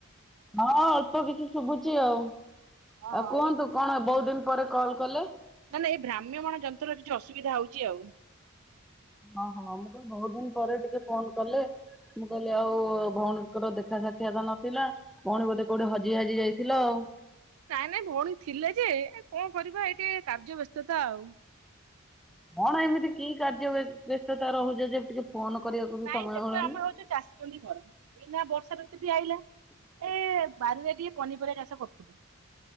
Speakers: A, in the centre; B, on the right.
A: ହଁ ଅଳ୍ପ କିଛି ଶୁଭୁଛି ଆଉ,
B: ହଁ
A: ଆଉ
B: ହଁ
A: କୁହନ୍ତୁ କଣ ବହୁତ ଦିନ ପରେ କଲ୍ କଲେ?
B: ନ ନା ଏଇ ଭ୍ରାମ୍ୟମାଣ ଯନ୍ତ୍ରର କିଛି ଅସୁବିଧା ହଉଛି ଆଉ?
A: ହଁ ହଁ ମୁଁ କହିଲି ବହୁତ ଦିନ ପରେ ଟିକେ ଫୋନ କଲେ। ମୁଁ କହିଲି ଆଉ ଭଉଣୀଙ୍କର ଦେଖା ସାକ୍ଷିଆତ ନଥିଲା। ପୁଣି ବୋଧେ କୋଉଠି ହଜି ହାଜି ଯାଇଥିଲ ଆଉ?
B: ନାଇଁ ନାଇଁ ଭଉଣୀ ଥିଲେ ଯେ କଣ କରିବା ଏଇ ଟେ କାର୍ଯ୍ୟ ବ୍ୟସ୍ତତା ଆଉ?
A: କଣ ଏମିତି କି କାର୍ଯ୍ୟ ବ୍ୟସ୍ତତା ରହୁଛ ଯେ ଟିକେ ଫୋନ କରିବାକୁ ବି
B: ନାଇଁ
A: ସମୟ
B: ଦେଖ
A: ମିଳୁନି?
B: ଆମେ ହଉଛୁ ଚାଷୀ ମଣ୍ଡି ଘର ଏଇନା ବର୍ଷା ଋତୁ ବି ଆଇଲା।
A: <inaudible>
B: ସେ ବାରିରେ ଟିକେ ପନିପରିବା ଚାଷ କରୁଥିଲୁ?